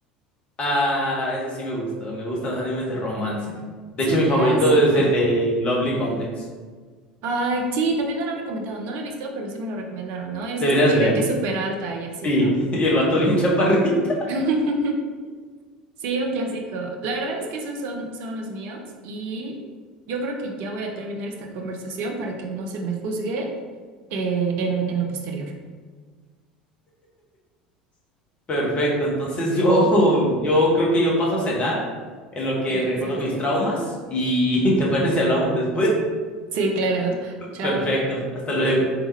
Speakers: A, on the left; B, on the right.
A: Ah, ese sí me gusta, me gustan los animes de romance. De
B: Es
A: hecho,
B: un
A: mi
B: clásico.
A: favorito es el de Lovely Complex.
B: Ay, sí, también me lo han recomendado. No lo he visto, pero sí me lo recomendaron, ¿no? Es
A: Deberías
B: de esta chica
A: verlo.
B: que es súper alta y así,
A: Sí,
B: ¿no?
A: <laughs> y el vato bien chaparrito.
B: <laughs> Sí, un clásico. La verdad es que esos son, son los míos y yo creo que ya voy a terminar esta conversación para que no se me juzgue eh, en, en lo posterior.
A: <laughs> Perfecto, entonces yo, yo creo que yo paso a cenar en lo que
B: Buenísimo.
A: recuerdo mis traumas y <laughs> ¿te parece si hablamos después?
B: Sí, claro. Chao.
A: Perfecto, hasta luego.